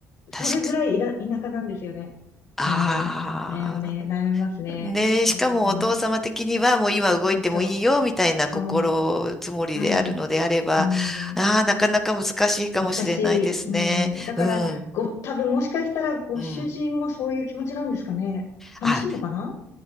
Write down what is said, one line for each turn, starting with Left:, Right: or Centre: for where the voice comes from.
Centre: 確か、
Left: それぐらいいら、田舎なんですよね。
Centre: ああ。
Left: うん。悩むね、悩みますね。
Centre: で、しかもお父様的にはもう今動いてもいいよ、
Left: うん。そうそう。
Centre: みたいな心積もりであるのであれば、
Left: そう。はい。うん。
Centre: ああ、なかなか難しいかもしれないですね。
Left: 難しい。うん、だから、
Centre: うん、
Left: ご、多分もしかしたらご主人もそういう気持ちなんですかね。
Centre: うん。
Left: 寂しいのかな
Centre: あ、